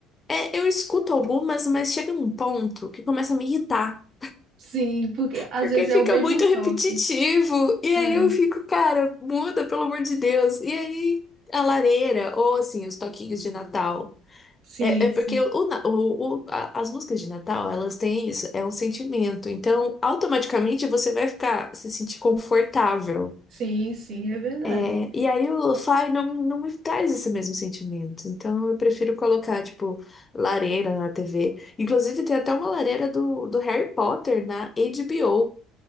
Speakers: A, on the left (about 25°); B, on the right (about 60°).
A: É, eu escuto algumas, mas chega num ponto que começa a me irritar.
B: Sim, porque às
A: Porque
B: vezes é
A: fica
B: o mesmo
A: muito
B: toque.
A: repetitivo. E
B: É,
A: aí eu fico, cara, muda, pelo amor de Deus. E aí a lareira, ou assim, os toquinhos de Natal.
B: Sim,
A: É, é porque
B: sim.
A: o, na- o- o- a- as músicas de Natal, elas têm isso, é um sentimento. Então, automaticamente você vai ficar, se sentir confortável.
B: Sim, sim, é verdade.
A: É, e aí o lo-fi não, não me traz esse mesmo sentimento. Então, eu prefiro colocar, tipo, lareira na TV. Inclusive, tem até uma lareira do, do Harry Potter na HBO.